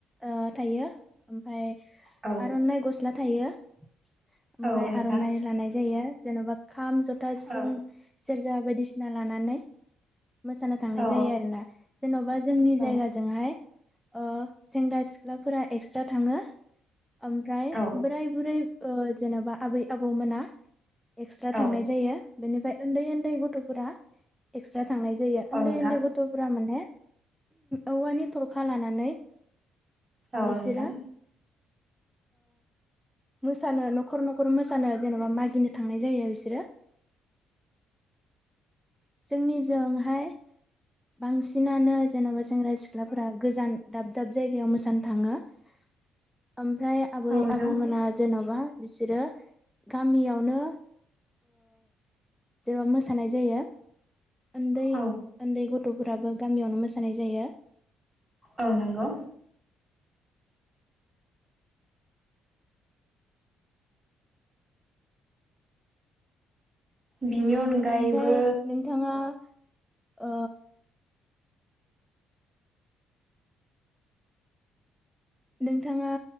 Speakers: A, in the centre; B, on the right.
A: ओ थायो ओमफाय
B: औ
A: आरनाइ गस्ला थायो <inaudible> ओमफाय
B: औ नोंथां
A: आरनाइ लानाय जायो जेनबा खाम जथा सिफुं
B: औ
A: सेरजा बायदिसि ना लानानै मोसानो थांनाय
B: औ
A: जायो आरोना जेनबा जोंनि
B: औ
A: जायगाजोंहाय ओ सेंग्रा सिख्लाफोरा एक्स्रा थाङो ओमफ्राय
B: औ
A: बोराय बुरै ओ जेनबा आबै आबौमोना एक्सट्रा
B: औ
A: थांनाय जायो बेनिफ्राय उन्दै उन्दै गथ फोरा एक्सट्र थांनाय जायो
B: औ
A: उन्दै
B: नोंथां
A: उन्दै गथफोरा माने औवानि थरखा लानानै
B: औ
A: बिसोरो
B: नोंथां
A: मोसानो न'खर न'खर मोसानो जेनबा मागिनो थांनाय जायो बिसोरो जोंनिजोंहाय बांसिनानो जेनबा सेंग्रा सिख्लाफोरा गोजान दाब दाब जायगायाव मोसानो थाङो । ओमफ्राय आबै
B: औ नोंथां
A: आबौमोना जेनबा बिसोरो गामियावनो जेनबा मोसानाय जायो। ओन्दै
B: औ
A: ओन्दै गथ'फोराबो गामियावनो मोसानाय जायो।
B: औ नंगौ बेनि अनगायैबो
A: ओमफ्राय नोंथाङा ओ नोंथाङा